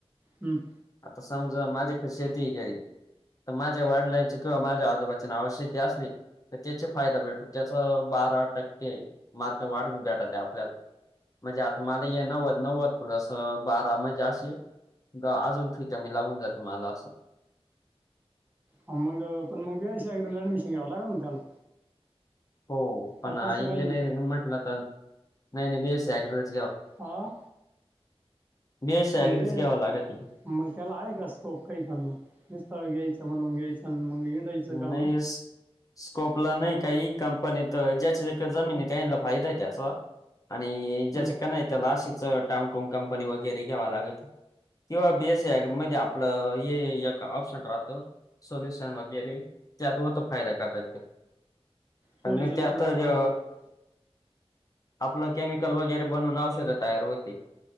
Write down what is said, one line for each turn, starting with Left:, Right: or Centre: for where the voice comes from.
Right: हम्म.
Left: आता समजा माझी पण शेती घई तर माझ्या वडिलांचे किंवा माझ्या आजोबाच्या नावाने शेती असली तर त्याचे फायदा भेटतो त्या बारा टक्के मार्क वाढून भेटत आपल्याला म्हणजे आता मला हे नव्वद नव्वद प्लस बारा म्हणजे अशी ग अजून फी कमी लागून जाते मला असं.
Right: हा मग पण मग बी एस शी ऍग्री ला ऍडमिशन घ्यावं लागल ना त्याला
Left: हो पण
Right: का तसं
Left: इंजिनिअरिंग
Right: काही नाही
Left: म्हटलं तर नाही नाही, बी एस सी ऍग्रीलाच
Right: हा.
Left: बीएससी ऍग्रीच
Right: अंबे
Left: घ्यावं लागत
Right: मग त्याला आहे का स्कोप काही पण मग नुसता घ्यायच. म्हणून घ्यायचं, न मग हिंडायचं
Left: नाही
Right: का मग
Left: स स्कोपला नाही काही कंपनीत ज्याच्या इथ जमीन आहे, त्याला फायदा आहे त्याचा आणि
Right: हं.
Left: ज्याचं का नाही त्याला अशीच टाम टूंग कंपनी वगैरे घ्यावा लागते. किंवा बीएसी ऍग्री मध्ये आपलं हे एक ऑप्शन राहत, सोल्युशन वग वगैरे त्यात होतो फायदा कदाचित
Right: सोल्युशनमध्ये
Left: आणि नाही ते आता
Right: काय फायदा
Left: ज
Right: होतो
Left: आपलं केमिकल वगैरे बनवून औषधं तयार होते